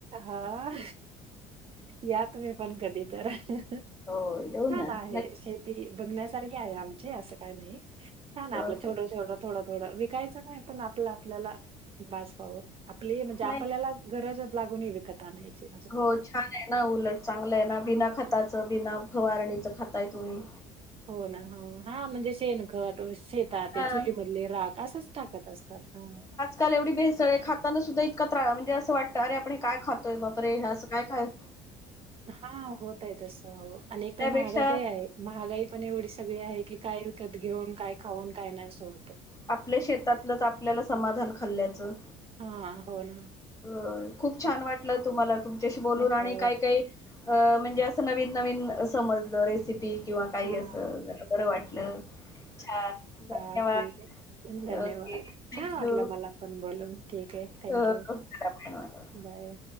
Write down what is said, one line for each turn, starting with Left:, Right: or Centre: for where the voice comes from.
Right: हां. यां तुम्हीं पणं कधीं तरी
Left: हो, येऊ
Right: छान
Left: ना.
Right: आहे
Left: नक्की.
Right: शेत बघण्यांसारखी आहे आमचे असं कायं नाहीं. छान आहे
Left: हो,
Right: आपलं छोटं
Left: हो.
Right: छोटं थोडं थोडं विकायचं नाहीं पणं आपलं आपल्यांला बांस असावं आपली म्हणजे
Left: नाही.
Right: आपल्यांला गरजचं लागूं नाहीं विकतं आणांयचे.
Left: हो छान आहे नां उलटं चांगलं आहे नां बिनां खताचं बिनां फवांरणीचं खांताय तुम्हीं.
Right: हो नां. हां म्हणजे शेणं खंत
Left: हां.
Right: ते चुलीमधंले रांख असंच टाकतं असतांत हां.
Left: कांल एवढं भेसळं खांताना सुद्धां इतकां त्रांस म्हणजे असं वाटतं अरे आपणं हे कायं खातोय तरं बापरे असं कायं खातंय
Right: हां होतांय तसं आणि एक
Left: त्यापेक्षा
Right: तरं महांगाई बी आहे. महांगाई पणं एवढी सगळी आहे की कायं विकतं घेऊन कायं खाऊंन कायं नाहीं असं होतंय.
Left: आपल्या शेतांत लंच आपल्यांला समाधांन खांल्ल्याचं.
Right: हां, हो नां.
Left: अं खूंप छान वाटलं तुम्हांला तुमच्यांशी बोलूंन आणि
Right: हो
Left: कायं कांहीं अं म्हणजे असं नवीन नवीन समजलं रेसिपी किंवा काही
Right: हा
Left: अस जरा बरं वाटलं छान, धन्यवाद!
Right: हा ठीक आहे धन्यवाद!
Left: ओके थँक
Right: छान वाटलं
Left: यू.
Right: मला पण बोलून ठीक आहे. थँक
Left: हो,
Right: यू,
Left: हो. मला पण मला पण.
Right: बाय.